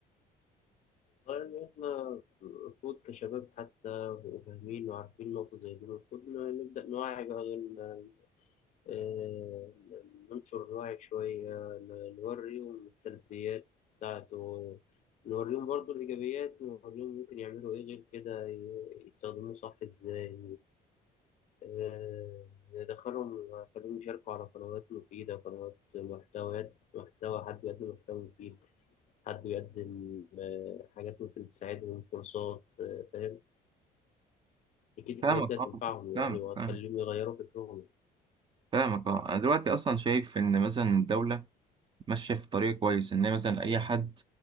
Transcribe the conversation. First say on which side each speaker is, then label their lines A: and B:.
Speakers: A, on the left; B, on the right.
A: إن إحنا المفروض كشباب حتى وفاهمين وعارفين نقطة زي دي المفروض ن- نبدأ نوعي بقى ن- آه، ننشر الوعي شوية ن- نوريهم السلبيات بتاعته نوريهم برضو الإيجابيات نوريهم ممكن يعملوا إيه غير كده ي- يستخدموه صح إزاي آه، دخلهم خليهم يشاركوا على قنوات مفيدة قنوات محتويات محتوى حد بيقدم محتوى مفيد حد بيقدم آه، حاجات ممكن تساعدهم كورسات آه، فاهم أكيد الحاجات
B: فاهمك
A: دي هتنفعهم
B: اه فاهمك
A: يعني وهتخليهم
B: فاهمك
A: يغيروا فكرهم
B: فاهمك اه انا دلوقتي اصلا شايف ان مثلا الدوله ماشيه في طريق كويس ان هي مثلا اي حد